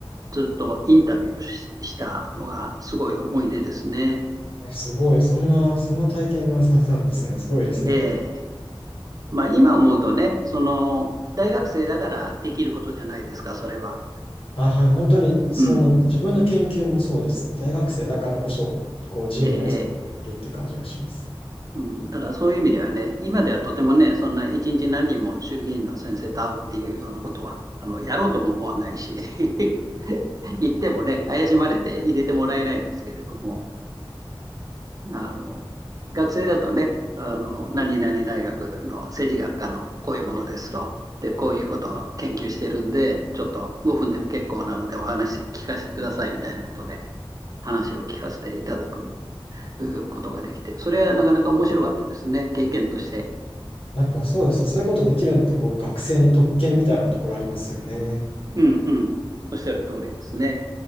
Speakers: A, on the right; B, on the left.
A: ずっとインタビューをし、したのがすごい思い出ですね。
B: えすごい。そんな、そんな体験がされたんですね。すごいですね。
A: えーまあ今思うとね、その、大学生だからできることじゃないですか、それは。
B: あ、はい、本当にそう思います。
A: うん。
B: 自分の研究もそうですね。大学生だからこそ、こう自由にやらせてもらってるっていう感じがします。
A: えええ。うん、だからそういう意味ではね、今ではとてもね、そんな一日何人も衆議院の先生と会うっていうようなことは、あの、やろうとも思わないし <laughs> 行ってもね、怪しまれて入れてもらえないですけれども、あの、学生だとね、あの、何々大学の政治学科のこういうものですと。で、こういうことを研究してるんで、ちょっと5分でも結構なのでお話聞かせてくださいみたいなことで話を聞かせていただくことができて、それはなかなか面白かったですね。経験として。
B: やっぱそうですね。そういうことできるのって、こう学生の特権みたいなところありますよね。
A: うんうん。おっしゃる通りですね。